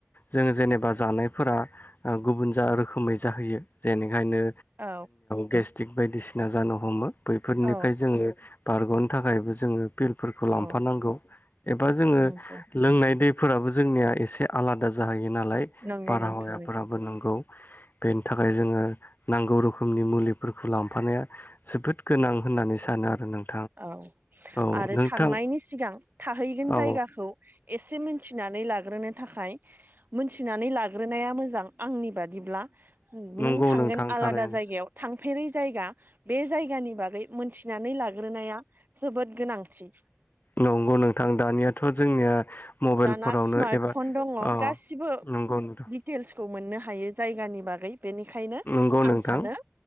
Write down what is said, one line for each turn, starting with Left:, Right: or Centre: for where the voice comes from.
Left: जों जेनेबा जानायफोरा आ गुबुन जा रोखोमै जाहैयो जेने ओंखायनो
Right: औ
Left: गेस्ट्रिक बायदिसिना जानो हमो बैफोरनिफ्राय
Right: औ
Left: जोङो बारग'नो थाखायबो जोङो फिलफोरखौ
Right: औ
Left: लांफानांगौ एबा जोङो
Right: नंगौ
Left: लोंनाय दै। फोराबो जोंनिया एसे आलादा जाहैयो नालाय
Right: नंगौ
Left: बारहावायाफोराबो
Right: नोंथां
Left: नंगौ। बेनि थाखाय जोङो नांगौ <unintelligible> रोखोमनि मुलिफोरखौ लांफानाया जोबोद गोनां होननानै सानो आरो <unintelligible>
Right: औ
Left: औ
Right: आरो
Left: नोंथां
Right: थांनायनि सिगां थाहैगोन
Left: औ
Right: जायगाखौ एसे मिथिनानै लाग्रोनो थाखाय मोनथिनानै लाग्रोनाया मोजां आंनि बादिब्ला।
Left: नंगौ
Right: नों थांगोन
Left: नोंथां
Right: आलादा
Left: थारैनो
Right: जायगायाव <unintelligible> <unintelligible> जायगा बे जायगानि बागै मोनथिनानै लागोन <unintelligible> जोबोद गोनांथि।
Left: नंगौ नोंथां दानियाथ' जोंनिया मबाइलफोरावनो
Right: दाना स्मार्ट
Left: एबा
Right: फन दङ
Left: अ
Right: गासिबो
Left: नंगौ नोंथां
Right: दिटेल्सखौ मोननो <unintelligible> हायो जायगानि बागै। बेनिखायनो
Left: नंगौ नोंथां
Right: आं सानो